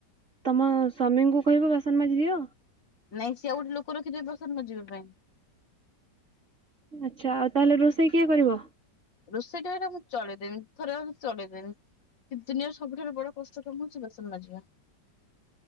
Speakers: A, on the right (about 40°); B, on the left (about 85°).
A: ତମ ସ୍ଵାମୀଙ୍କୁ କହିବ ବାସନ ମାଜି ଦିଅ।
B: ନାଇଁ ସିଏ ଉଲୁ କରନ୍ତି ବାସନ ମାଜିବା ପାଇଁ।
A: ଆଚ୍ଛା, ଆଉ ତାହେଲେ ରୋଷେଇ କିଏ କରିବ?
B: ରୋଷେଇଟା ହେଇଟା ମୁଁ ଚଳେଇଦେମି ଥରେ ଅଧେ ଚଳେଇଦେମି। ଏ ଦୁନିଆର ସବୁଠାରୁ ବଡ଼ କଷ୍ଟ କାମ ହଉଛି ବାସନ ମାଜିବା।